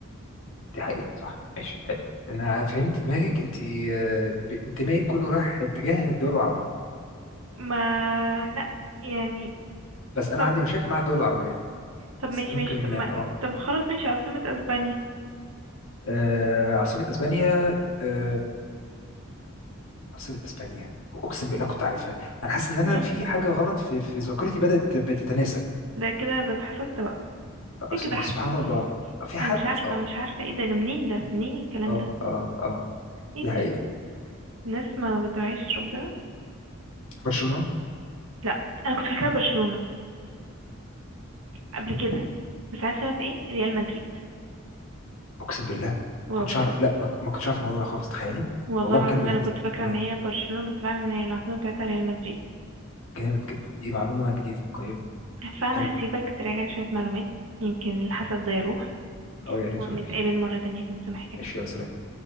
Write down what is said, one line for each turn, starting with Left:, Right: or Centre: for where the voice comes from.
Left: دي حقيقة صح ماشي حلو انا فهمت دماغك انت آه، ب- انتمائك كله رايح اتجاه الدول العربية
Right: ما لا يعني
Left: بس انا
Right: طب
Left: عندي مشاكل مع الدول العربية
Right: طب ماشي
Left: بس دي ممكن
Right: ماشي طب ما...
Left: اه
Right: طب خلاص ماشي عاصمة اسبانيا
Left: آه، عاصمة اسبانيا آه، عاصمة اسبانيا اقسم بالله كنت عارفها انا حاسس ان انا
Right: مم.
Left: في حاجة غلط في في ذاكرتي بدأت بتتناسى
Right: ده كده ده اتحسدت بقى ده
Left: آه،
Right: كده حسد
Left: سبحان الله في حد
Right: انا مش عارفة
Left: اه
Right: مش عارفة ايه ده منين ده منين الكلام
Left: اه
Right: ده
Left: اه اه
Right: ايه
Left: دي حقيقة
Right: ده الناس ما بتراعيش ربنا
Left: برشلونة
Right: لا انا كنت فاكرة برشلونة
Left: مم.
Right: قبل كده بس عارفة
Left: مم.
Right: طلعت ايه ريال مدريد
Left: اقسم بالله
Right: وربنا
Left: كنتش اعرف لا ما ما كنتش اعرف الموضوع ده خالص تخيلي
Right: والله
Left: والله
Right: العظيم
Left: بكلم بجد
Right: انا كنت فاكرة
Left: آه.
Right: ان هي برشلونة بس فعلا هي العاصمة بتاعتها ريال مدريد
Left: جامد جدا دي معلومة جديدة قيم
Right: فأنا
Left: حلو
Right: هسيبك تراجع شوية معلومات يمكن الحسد ده يروح
Left: أو يا ريت
Right: ونتقابل
Left: والنبي
Right: مرة تانية في المسامحة
Left: ماشي يا سلام